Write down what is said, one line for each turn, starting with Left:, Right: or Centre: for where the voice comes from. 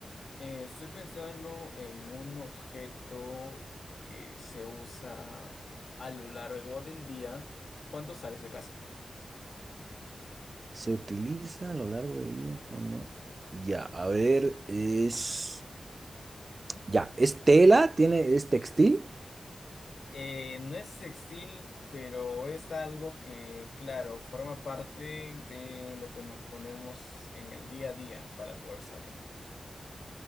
Left: Eh, estoy pensando en un objeto que se usa a lo largo del día cuando sales de casa.
Right: se utiliza a lo largo del día, ¿o no? Ya, a ver, es ya, es tela, tiene, es textil,
Left: Eh, no es sextil, pero es algo que, claro, forma parte de lo que nos ponemos en el día a día para poder salir.